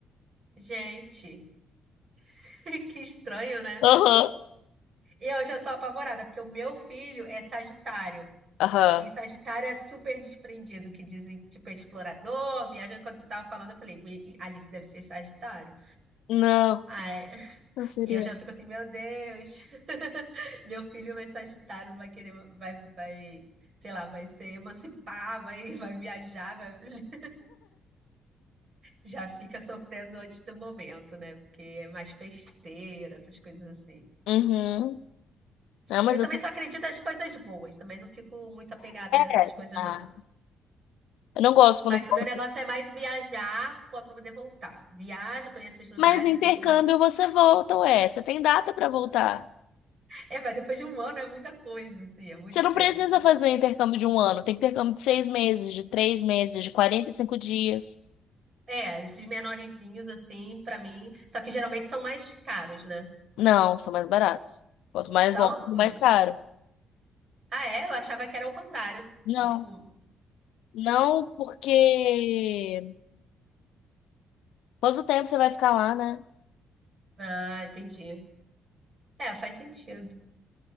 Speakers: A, on the right; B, on the left.
A: Gente, <laughs> que estranho, né?
B: Aham.
A: E Eu já sou apavorada, porque o meu filho é Sagitário.
B: Aham.
A: E Sagitário é super desprendido, que dizem que tipo é explorador, viaja. Quando você tava falando, eu falei, "Me- Alice deve ser Sagitário.
B: Não,
A: Ah, é.
B: canceriano.
A: E eu já fico assim, meu Deus, <laughs> meu filho vai Sagitário, vai querer, vai, vai, sei lá, vai se emancipar, vai, <laughs> vai viajar, vai... <laughs> já fica sofrendo antes do momento, né? Porque é mais festeira, essas coisas assim.
B: Uhum. Não, mas
A: Eu também
B: eu sou.
A: só acredito nas coisas boas, também não fico muito apegada a essas
B: É.
A: coisas,
B: Ah,
A: não.
B: eu não gosto quando.
A: Mas
B: falo.
A: o meu negócio é mais viajar para poder voltar. Viajo, conheço os lugares
B: Mas no intercâmbio
A: e tudo, mas
B: você volta, ué. Você tem data pra voltar.
A: é, mas depois de um ano é muita coisa, assim, é muito
B: Você não
A: tempo.
B: precisa fazer intercâmbio de um ano. Tem intercâmbio de seis meses, de três meses, de 45 dias.
A: É, esses menorzinhos assim, pra mim, só que geralmente são mais caros, né?
B: Não, são mais baratos. Quanto mais
A: São
B: longo,
A: os
B: mais caro.
A: Ah, é, eu achava que era o contrário,
B: Não.
A: que tipo,
B: Não, porque. Quanto tempo você vai ficar lá, né?
A: ah, entendi. É, faz sentido.